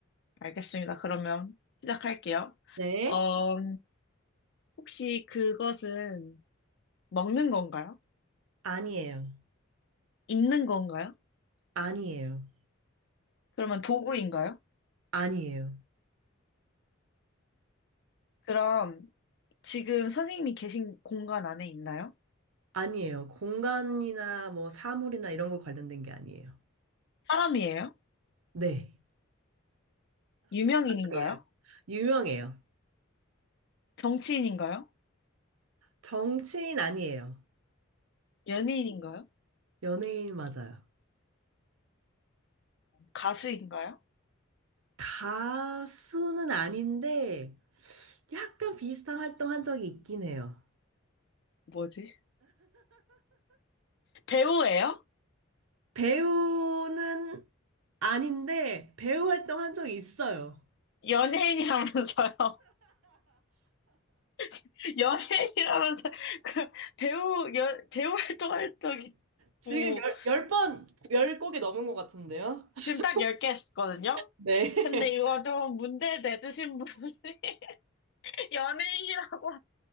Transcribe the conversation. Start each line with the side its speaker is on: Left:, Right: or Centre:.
Left: 알겠습니다. 그러면 시작할게요.
Right: 네.
Left: 어, 혹시 그것은 먹는 건가요?
Right: 아니에요.
Left: 입는 건가요?
Right: 아니에요.
Left: 그러면 도구인가요?
Right: 아니에요.
Left: 그럼 지금 선생님이 계신 공간 안에 있나요?
Right: 아니에요. 공간이나 뭐 사물이나 이런 거 관련된 게 아니에요.
Left: 사람이에요?
Right: 네.
Left: 유명인인가요?
Right: 아니에요. 유명해요.
Left: 정치인인가요?
Right: 정치인 아니에요.
Left: 연예인인가요?
Right: 연예인 맞아요.
Left: 가수인가요?
Right: 가수는 아닌데 약간 비슷한 활동 한 적이 있긴 해요.
Left: 뭐지? 배우예요?
Right: 배우는 아닌데 배우 활동한 적이 있어요.
Left: 연예인이라면서요. <laughs> 연예인이라면서 그 배우 연, 배우 활동할 적이
Right: 지금
Left: 있고
Right: 열, 열 번, 열 곡이 넘은 것 같은데요? <laughs>
Left: 지금 딱 10개 했거든요.
Right: 네. <laughs>
Left: 근데 이거 좀 문제 내주신 분이 <laughs> 연예인이라고